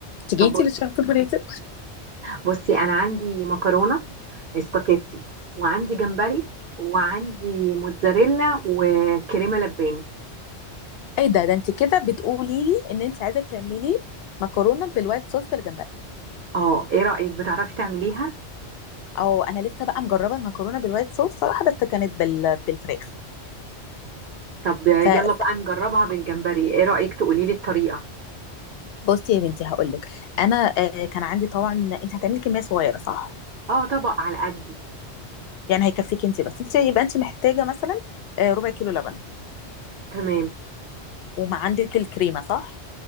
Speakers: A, on the left; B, on the right.
A: تيجي
B: طب بص
A: للشرط الفريزر
B: بصي انا عندي مكرونة سباكيتي وعندي جمبري وعندي موتزاريلا وكريمة لباني
A: ايه ده ده انت كده بتقولي لي ان انت عايزه تعملي مكرونه بالوايت صوص بالجمبري
B: اه ايه رأيك بتعرفي تعمليها
A: او انا لسه بقى مجربه المكرونه بالوايت صوص صراحه بس كانت بال... بالفراخ
B: طب يلا
A: ف ف-
B: بقى نجربها بالجمبري ايه رأيك تقولي لي الطريقة
A: بصي يا بنتي هقول لك انا آه، كان عندي طبعا انت هتعملي كميه صغيره صح
B: اه طبق على قدي
A: يعني هيكفيك انت بس انت يبقى انت محتاجه مثلا آه، ربع كيلو لبن
B: تمام
A: وما عندك الكريمه صح